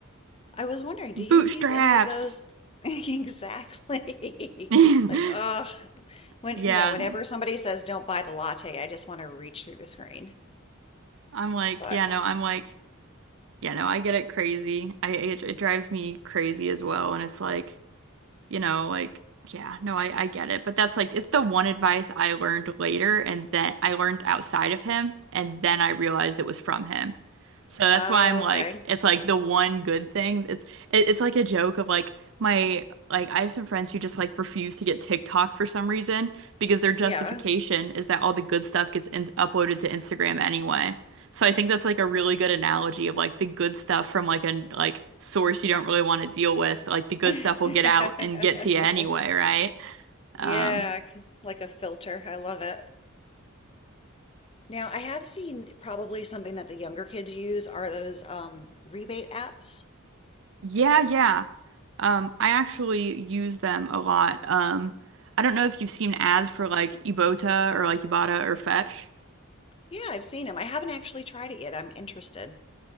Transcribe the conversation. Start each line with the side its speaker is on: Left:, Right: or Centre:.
Left: I was wondering, do
Right: Bootstraps.
Left: you use any of those? <laughs> Exactly.
Right: <laughs>
Left: <laughs> Like, ugh. When,
Right: Yeah.
Left: you know, whenever somebody says don't buy the latte, I just want to reach through the screen.
Right: I'm like,
Left: But,
Right: yeah, no, I'm like, yeah, no, I get it crazy. I it, it drives me crazy as well. And it's like, you know, like, yeah, no, I, I get it. But that's like, it's the one advice I learned later and then I learned outside of him. And then I realized it was from him. So that's
Left: oh,
Right: why I'm like,
Left: okay.
Right: it's like the one good thing. It's it, it's like a joke of like my like I have some friends who just like refuse to get TikTok for some reason because their justification
Left: Yeah.
Right: is that all the good stuff gets in uploaded to Instagram anyway. So I think that's like a really good analogy of like the good stuff from like a like source you don't really want to deal with. Like the good
Left: <laughs>
Right: stuff will get out and get to you anyway, right? Um,
Left: Yeah, like a filter. I love it. Now, I have seen probably something that the younger kids use are those um, rebate apps.
Right: yeah, yeah. Um, I actually use them a lot. Um, I don't know if you've seen ads for like Ibotta or like Ibotta or Fetch.
Left: Yeah, I've seen them. I haven't actually tried it yet. I'm interested.